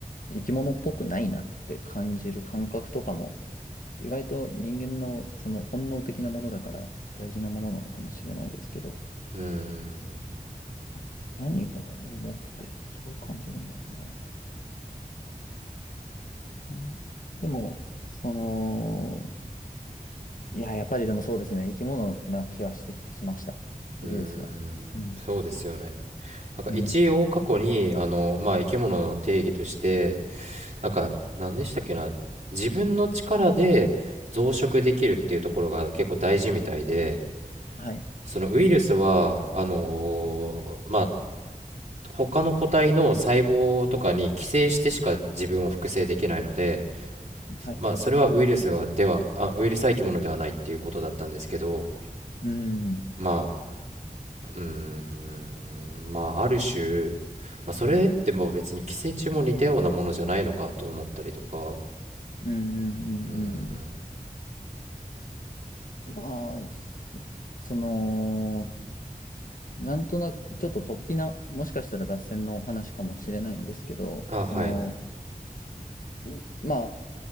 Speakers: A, on the left; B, on the right.
A: 生き物っぽくないなって感じる感覚とかも、意外と人間のその本能的なものだから大事なものなのかもしれないですけど、
B: うーん、
A: あ何が思ってそう感じるんだろうな。うん、でも、その、いや、やっぱりでもそうですね、生き物な気はしてしました、
B: うーん、
A: ウイルスは。うん。
B: そうですよね。なんか一応過去にあの、
A: うん。
B: まあ、生き物の定義としてなんか何でしたっけな自分の力で増殖できるっていうところが結構大事みたいで
A: はい。
B: そのウイルスはあのまあ他の個体の細胞とかに寄生してしか自分を複製できないので、
A: はい。
B: まあ、それはウイルスはでは、あ、ウイルスは生き物ではないっていうことだったんですけど、
A: うん、
B: まあ、うーん、まあ、ある種、まあ、それってもう別に寄生虫も似たようなものじゃないのかと思ったりとか、
A: うん、うん、
B: うん、
A: うんうん。まあ、そ、その、なんとなく、ちょっと突飛な、もしかしたら脱線の話かもしれないんですけど、
B: あ、
A: その、
B: はい、
A: うまあ、